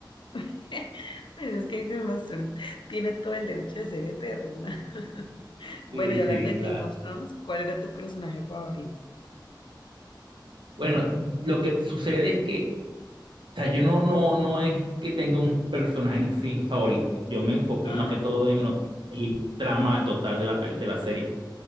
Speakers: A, on the left (about 80°); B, on the right (about 80°).
A: <laughs> Pues es que Game of Thrones tiene todo el derecho de ser eterna. <laughs> Bueno,
B: Sí,
A: y
B: sí,
A: hablando de
B: claro.
A: Game of Thrones, ¿cuál era tu personaje favorito?
B: Bueno, lo que sucede es que, o sea, yo no, no, no es que tenga un personaje en sí favorito. Yo me enfoqué
A: ¡Ah!
B: más que todo en lo, el trama total de la, pel- de la serie.